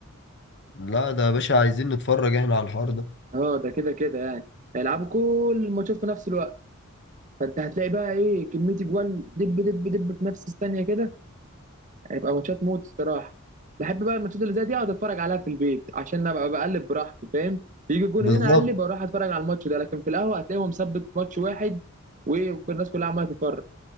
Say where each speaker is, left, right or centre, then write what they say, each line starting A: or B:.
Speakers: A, on the left; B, on the right.
A: لا ده يا باشا عايزين نتفرج احنا على الحوار ده
B: اه ده كده كده يعني هيلعبوا كل الماتشات في نفس الوقت فانت هتلاقي بقى ايه كميه جوال دب دب دب في نفس الثانيه كده هيبقى ماتشات موت الصراحه بحب بقى الماتشات اللي زي دي اقعد اتفرج عليها في البيت عشان ابقى بقلب براحتي فاهم يجي الجون
A: بالظبط
B: هنا اقلب اروح اتفرج على الماتش ده لكن في القهوه هتلاقيهم مثبت ماتش واحد والناس كلها عماله تتفرج